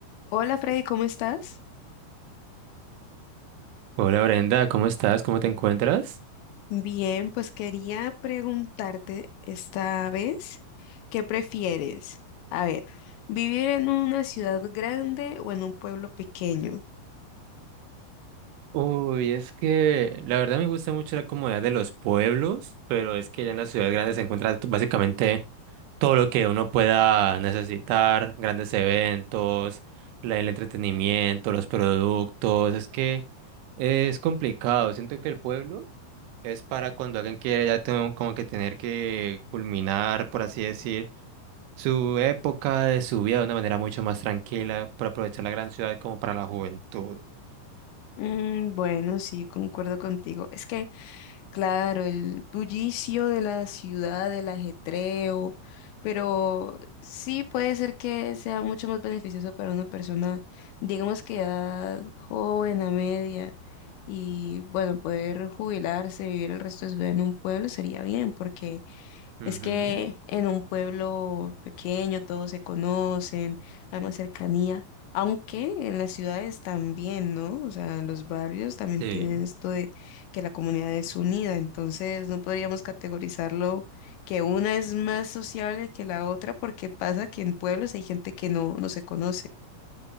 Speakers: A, on the left; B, on the right.
A: Hola Freddy, ¿cómo estás?
B: Hola Brenda, ¿cómo estás? ¿Cómo te encuentras?
A: Bien, pues quería preguntarte esta vez, ¿qué prefieres? A ver, ¿vivir en una ciudad grande o en un pueblo pequeño?
B: Uy, es que la verdad me gusta mucho la comodidad de los pueblos, pero es que ya en las ciudades grandes se encuentra t- básicamente todo lo que uno pueda necesitar, grandes eventos, la- el entretenimiento, los productos, es que es complicado. Siento que el pueblo es para cuando alguien quiere ya tengo como que tener que culminar, por así decir. Su época de su vida de una manera mucho más tranquila, por aprovechar la gran ciudad como para la juventud.
A: Mm, bueno, sí, concuerdo contigo. Es que, claro, el bullicio de la ciudad, el ajetreo, pero sí puede ser que sea mucho más beneficioso para una persona, digamos que edad joven, a media, y bueno, poder jubilarse, vivir el resto de su vida en un pueblo sería bien, porque
B: Ujú,
A: es que en un pueblo pequeño todos se conocen, hay más cercanía, aunque en las ciudades también, ¿no? O sea, los barrios también
B: Sí.
A: tienen esto de que la comunidad es unida, entonces no podríamos categorizarlo que una es más sociable que la otra porque pasa que en pueblos hay gente que no, no se conoce.